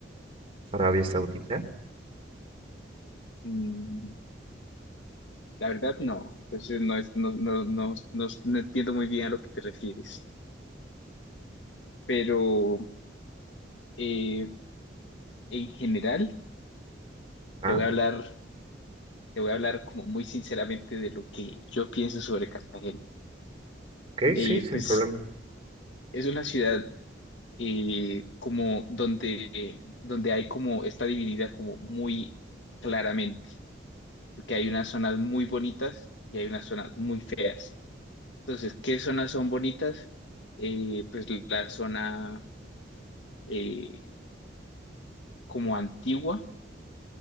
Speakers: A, on the right; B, on the left.
A: Arabia Saudita.
B: Mm, la verdad no, entonces no, es, no, no, no, no, no entiendo muy bien a lo que te refieres, pero eh, en general...
A: Ah,
B: te voy a hablar, te voy a hablar como muy sinceramente de lo que yo pienso sobre Cartagena.
A: ok,
B: Eh,
A: sí, sin
B: pues
A: problema.
B: es una ciudad eh, como donde, donde hay como, está dividida como muy claramente, porque hay unas zonas muy bonitas y hay unas zonas muy feas. Entonces, ¿qué zonas son bonitas? Eh, pues la zona eh, como antigua,